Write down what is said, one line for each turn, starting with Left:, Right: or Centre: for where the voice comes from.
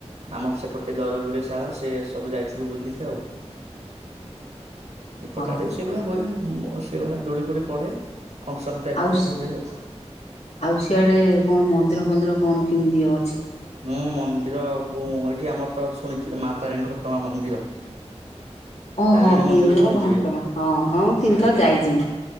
Right: ଆମର ସେପଟେ ଦରଗୁଡିଏ ଶାଳ ସେ ସବୁ ଯାଇଥିଲୁ ବୁଲିତେ ଆଉ। ଏପଟାଡେ
Left: ଓହୋ
Right: ସେଇଭଳିଆ ହୁଏ ଓ ସେଇଭଳିଆ ଦୋଳି ଫୋଳି ପଡେ। ଫଙ୍କ୍ସନ ଟାଇପ୍
Left: ଆଉ
Right: ର ଟିକେ ହୁଏ ଆଉ।
Left: ଆଉ ସିଆଡେ କଣ ମନ୍ଦିର ଫନ୍ଦିର କଣ କିମିତି ଅ
Right: ହୁଁ, ମନ୍ଦିର ବୁଁ ଏଠି ଆମର ତ ଶୁଣିଥିବେ ମା ତାରିଣୀ ଘଟଗାଁ ମନ୍ଦିର।
Left: ଓହୋ
Right: ତାରିଣୀ
Left: କେଉଁଜର
Right: ମନ୍ଦିର ଶୁଣିଥିବେ
Left: ଘଟଗାଁ ହଁ ହଁ ମୁଁ ତିନିଥର
Right: ଆଜ୍ଞା
Left: ଯାଇଚି